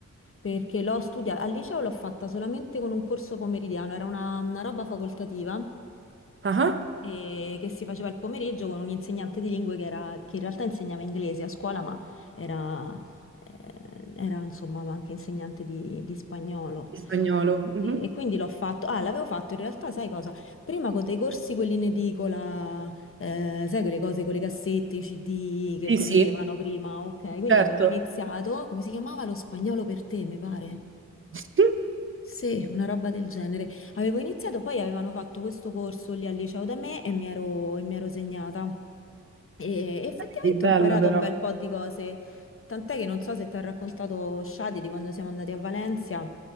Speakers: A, on the left; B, on the right.
A: perché l'ho studiata al liceo l'ho fatta solamente con un corso pomeridiano, era una, una roba facoltativa
B: Ah,
A: e che si faceva il pomeriggio con un insegnante di lingue che, era- che in realtà insegnava inglese a scuola, ma era, eh, era, insomma anche insegnante di, di spagnolo.
B: il spagnolo.
A: Sì,
B: Mhm.
A: e quindi l'ho fatto. Ah, l'avevo fatto in realtà, sai cosa? Prima con dei corsi, quelli in edicola, eh, sai quelle cose con le cassette, i CD che
B: Sì,
A: vendevano
B: sì,
A: prima, ok. Quindi
B: certo.
A: avevo iniziato, come si chiamava? Lo spagnolo per te, mi pare.
B: <laughs>
A: Sì, una roba del genere. Avevo iniziato, poi avevano fatto questo corso lì al liceo da me e mi ero, e mi ero segnata. E effettivamente
B: Eh, È bello
A: ho imparato
B: però.
A: un bel po' di cose, tant'è che non so se ti ha raccontato Shadi di quando siamo andati a Valencia.